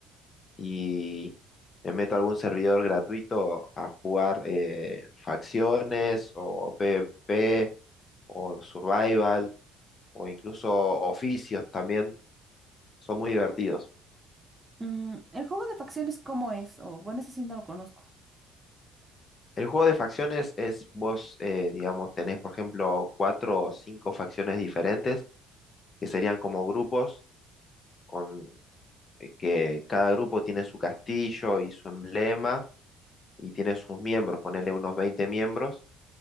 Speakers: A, on the left; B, on the right.
A: y me meto a algún servidor gratuito a jugar eh, facciones o PvP o Survival o incluso oficios también. Son muy divertidos.
B: Mm, ¿el juego de facciones cómo es? O bueno, ese sí no lo conozco.
A: El juego de facciones es vos, eh, digamos, tenés, por ejemplo, cuatro o cinco facciones diferentes, que serían como grupos, con eh, que cada grupo tiene su castillo y su emblema y tiene sus miembros, ponerle unos 20 miembros